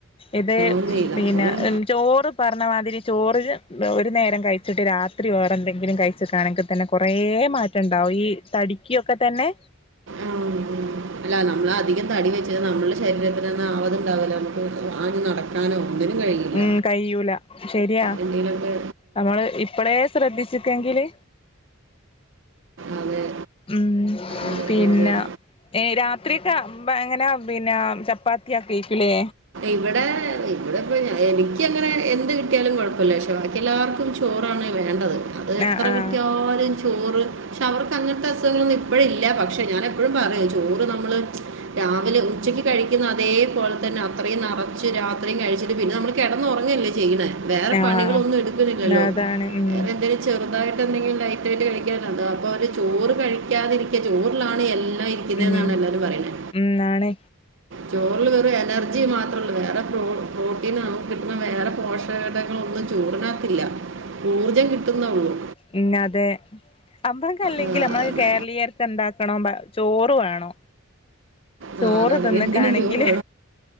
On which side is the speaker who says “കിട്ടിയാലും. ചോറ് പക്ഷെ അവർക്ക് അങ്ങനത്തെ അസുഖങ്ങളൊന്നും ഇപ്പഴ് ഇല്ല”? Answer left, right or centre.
Right